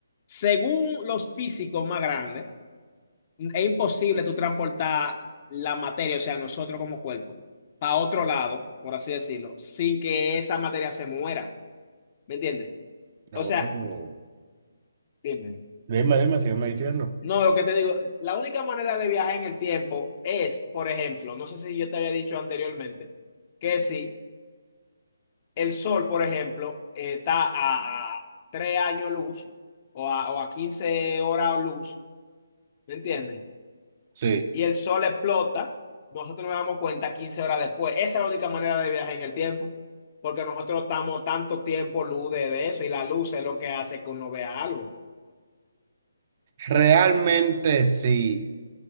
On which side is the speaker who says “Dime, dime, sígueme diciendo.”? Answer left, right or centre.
Right